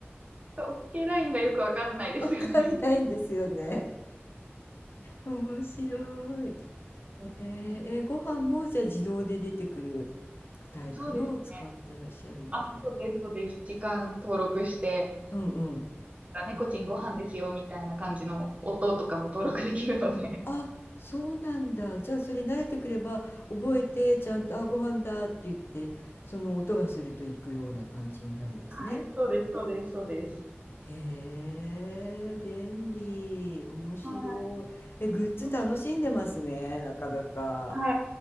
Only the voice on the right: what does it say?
OK ラインがよくわかんないですよね。
うんうん
そうですね。あ、そうです、そうです。時間登録して、
猫ちんご飯ですよ、
みたいな感じの音とかも登録できるので。
はい、そうです、そうです、そうです。
はい、
うん
はい。